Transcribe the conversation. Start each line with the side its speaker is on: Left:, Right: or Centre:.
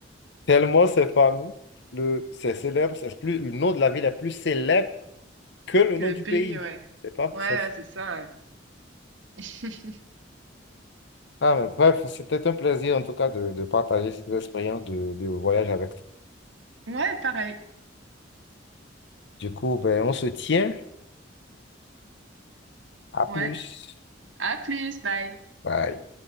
Left: Tellement c'est fameux, le, c'est célèbre, c'est plus, le nom de la ville est plus célèbre que le
Right: Que
Left: nom
Right: le
Left: du
Right: pays,
Left: pays.
Right: ouais.
Left: C'est pas,
Right: Ouais,
Left: c'est,
Right: c'est ça. Ouais, <laughs>
Left: ah, mais bref, c'était un plaisir en tout cas de, de partager cette expérience de, de voyage avec toi.
Right: Ouais, pareil.
Left: Du coup, ben, on se tient. À plus.
Right: Ouais. À plus, bye.
Left: Bye.